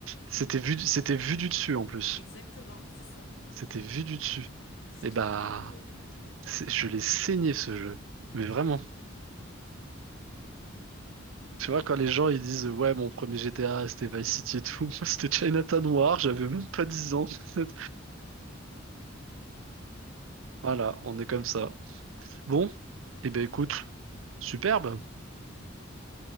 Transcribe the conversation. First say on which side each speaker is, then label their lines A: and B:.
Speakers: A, on the right; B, on the left.
A: C'était vu, du- c'était vu du dessus en plus.
B: Exactement, c'est ça.
A: C'était vu du dessus.
B: C'est
A: Et
B: trop
A: bah,
B: drôle.
A: c'est- je l'ai saigné ce jeu. Mais vraiment. Tu vois, quand les gens ils disent ouais, mon premier GTA c'était Vice City et tout, <laughs> moi c'était Chinatown War, j'avais même pas 10 ans. <laughs> Voilà, on est comme ça. Bon, et ben écoute, superbe.